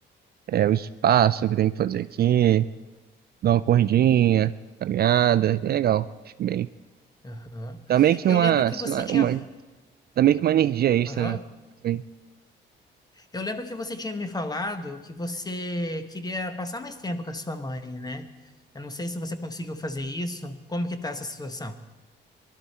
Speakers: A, on the right (about 50°); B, on the left (about 20°).
A: é, o espaço que tem que fazer aqui, dou uma corridinha, caminhada, é legal, acho bem.
B: aham.
A: Dá meio que
B: Eu
A: uma,
B: lembro que
A: sei
B: você
A: lá,
B: tinha.
A: uma, dá meio que uma energia extra,
B: Aham.
A: né? Assim.
B: Eu lembro que você tinha me falado que você queria passar mais tempo com a sua mãe, né? Eu não sei se você conseguiu fazer isso. Como que tá essa situação?